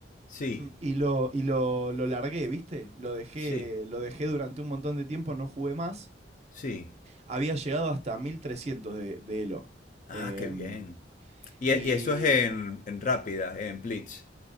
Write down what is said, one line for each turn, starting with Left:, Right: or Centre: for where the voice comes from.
Left: Sí,
Right: Y lo, y lo, lo largué, ¿viste? Lo dejé,
Left: sí,
Right: lo dejé durante un montón de tiempo, no jugué más.
Left: sí.
Right: Había llegado hasta 1300 de, de Elo.
Left: Ah,
Right: Em,
Left: qué bien. Y,
Right: y
Left: y eso es en, en rápida, en blitz